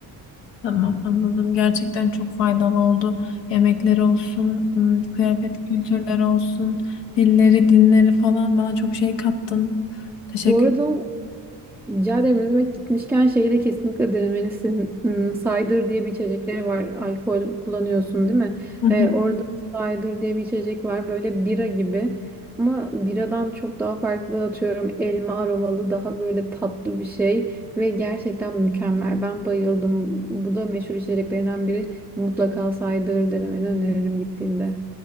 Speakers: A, on the left; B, in the centre.
A: Tamam anladım. Gerçekten çok faydalı oldu. Yemekler olsun, ım, kıyafet kültürleri olsun, dilleri, dinleri falan bana çok şey kattın. Teşekkür.
B: Bu arada Rica ederim. Ne demek gitmişken şeyi de kesinlikle denemelisin. Hmm, Cider diye bir içecekleri var. Alkol kullanıyorsun değil mi?
A: Hı hı.
B: Ee, orada cider diye bir içecek var. Böyle bira gibi. Ama biradan çok daha farklı atıyorum. Elma aromalı daha böyle tatlı bir şey. Ve gerçekten mükemmel. Ben bayıldım. Bu da meşhur içeceklerinden biri. Mutlaka cider denemeni öneririm gittiğinde.